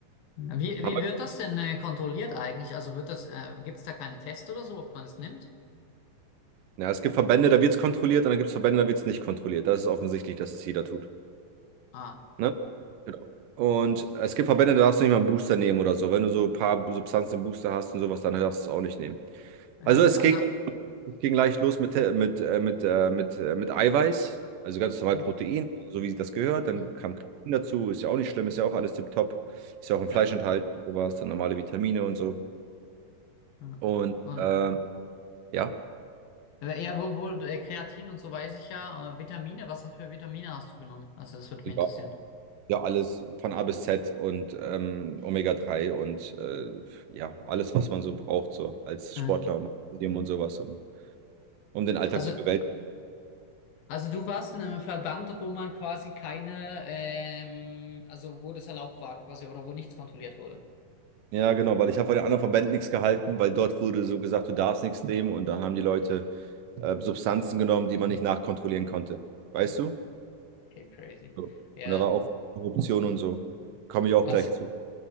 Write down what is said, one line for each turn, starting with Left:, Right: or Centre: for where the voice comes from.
Left: Wie,
Right: Haben
Left: wie
Right: wir-
Left: wird das denn äh, kontrolliert eigentlich? Also wird das, äh, gibt es da keine Tests oder so, ob man es nimmt?
Right: Ja, es gibt Verbände, da wird es kontrolliert und dann gibt es Verbände, da wird es nicht kontrolliert. Das ist offensichtlich, dass es jeder tut.
Left: Ah,
Right: Ne? Genau. Und es gibt Verbände, da darfst du nicht mal einen Booster nehmen oder so. Wenn du so ein paar Substanzen im Booster hast und sowas, dann darfst du es auch nicht nehmen.
Left: ja,
Right: Also es
Left: also.
Right: ging Es ging leicht los mit, äh, mit, äh, mit, äh, mit, äh, mit Eiweiß, also ganz normal
Left: Ja.
Right: Protein, so wie das gehört. Dann
Left: Mhm.
Right: kam Kreatin dazu, ist ja auch nicht schlimm, ist ja auch alles tipptopp. Ist ja auch im
Left: Ja.
Right: Fleisch enthalten, sowas, dann normale Vitamine und so.
Left: Mhm.
Right: Und
Left: Und
Right: ähm, ja,
Left: Äh, Ja, wo, wo, äh, Kreatin und so weiß ich ja. Äh, Vitamine, was für Vitamine hast du genommen? Also das würde mich
Right: ja,
Left: interessieren.
Right: ja, alles von A bis Z und ähm, Omega-3 und äh, ja, alles, was man so braucht, so als
Left: Ja.
Right: Sportler, um, und sowas, um, um den Alltag
Left: Also,
Right: zu bewältigen.
Left: also du warst in einem Verband, wo man quasi keine, ähm, also wo das erlaubt war quasi oder wo nichts kontrolliert wurde.
Right: Ja, genau, weil ich habe von den anderen Verbänden nichts gehalten, weil dort wurde so gesagt, du darfst nichts nehmen und dann haben die Leute äh, Substanzen genommen, die man nicht nachkontrollieren konnte. Weißt du?
Left: Okay, crazy.
Right: So.
Left: Ja,
Right: Und da war auch Korruption und so. Komme ich auch
Left: was,
Right: gleich zu.